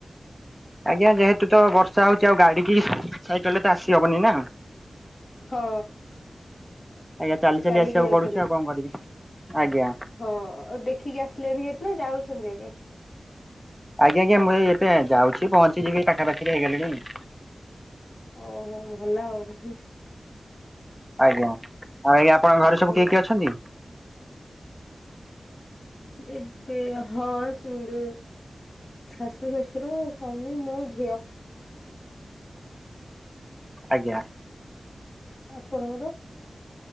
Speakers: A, in the centre; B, on the left (about 50°).
A: ଆଜ୍ଞା ଯେହେତୁ ତ ବର୍ଷା ହଉଛି ଆଉ ଗାଡି କି ସାଇକେଲ ରେ ତ ଆସି ହବନି ନା।
B: ହଁ।
A: ଆଜ୍ଞା ଚାଲି ଚାଲି
B: ଚାଲିକି
A: ଆସିବାକୁ
B: ଯାଉଛନ୍ତି
A: ପଡୁଛି ଆଉ କଣ କରିବି ଆଜ୍ଞା।
B: ହଁ ଦେଖିକି ଆସ ଆସିଲେଣି ହେରୀ ନା ଯାଉଛନ୍ତି ଏବେ?
A: ଆଜ୍ଞା ଆଜ୍ଞା ମୁ ଏଇ ପା ଯାଉଛି ପହଞ୍ଚିିବି ପାଖା ପାାଖିରେ ହେଇଗଲିଣି।
B: ଓହୋ ଭଲ ଆଉ।
A: ଆଜ୍ଞା ଆଉ ଆଜ୍ଞା ଆପଣଙ୍କ ଘରେ ସବୁ
B: ଓ
A: କିଏ କିଏ ଅଛନ୍ତି?
B: ଏବେ ହଁ ସୁନ୍ଦ ଶାଶୁ, ଶ୍ୱଶୁର, ସ୍ୱାମୀ ମୁଁ ଝିଅ।
A: ଆଜ୍ଞା।
B: ଆପଣଙ୍କର?